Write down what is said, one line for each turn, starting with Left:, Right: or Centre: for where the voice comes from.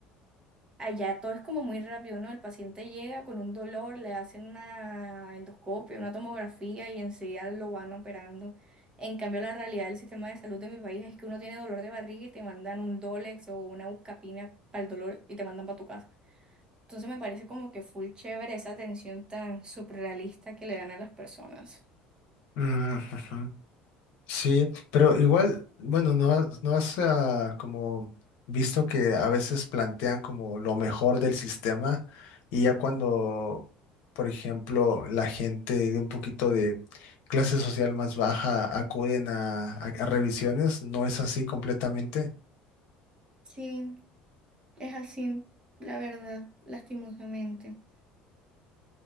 Right: Allá todo es como muy rápido, ¿no? El paciente llega con un dolor, le hacen una endoscopia, una tomografía y enseguida lo van operando. En cambio, la realidad del sistema de salud de mi país es que uno tiene dolor de barriga y te mandan un Dolex o una buscapina para el dolor y te mandan para tu casa. Entonces me parece como que full chévere esa atención tan surrealista que le dan a las personas.
Left: Mm, ujú. Sí, pero igual, bueno, no, has- no has ah, como visto que a veces plantean como lo mejor del sistema y ya cuando, por ejemplo, la gente de un poquito de clase social más baja acuden a, a- a revisiones, no es así completamente.
Right: Sí, es así, la verdad, lastimosamente.